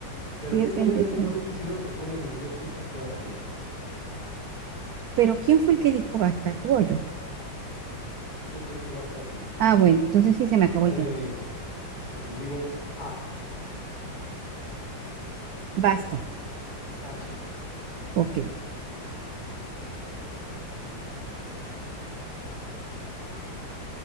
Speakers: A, on the left; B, on the right.
A: De repente
B: diez, veinte,
A: hay unas bien
B: treinta.
A: fáciles y si uno se pone nervioso y se atora, ¿no?
B: Pero ¿quién fue el que dijo
A: Entonces,
B: basta? ¿Tú o yo?
A: yo te dije basta a ti.
B: Ah, bueno, entonces sí se me acabó
A: Ahora
B: el
A: yo
B: tiempo.
A: digo, ok, yo digo A,
B: Basta.
A: H.
B: Ok. <laughs>